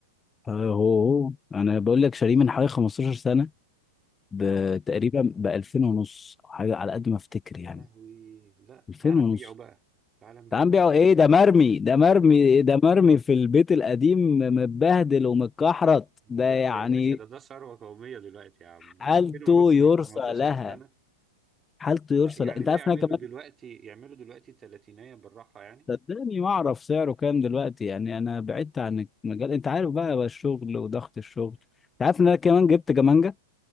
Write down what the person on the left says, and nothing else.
آه، هو هو انا بقول لك شاريه من حوالي 15 سنه بتقريبا
ب 2000 ونص او حاجه على قد ما افتكر
يعني
2000
ونص
تعال بيعوا ايه ده مرمي ده مرمي ده مرمي في البيت القديم متبهدل ومتكحرت
ده يعني
حالته
يرثى
لها
حالته
يرثى
لها انت
عارف
إن انا كمان
صدقني ما اعرف سعره كام دلوقتي يعني انا بعدت عن المجال انت عارف بقى, بقى الشغل وضغط الشغل انت عارف ان انا كمان جبت كمانجة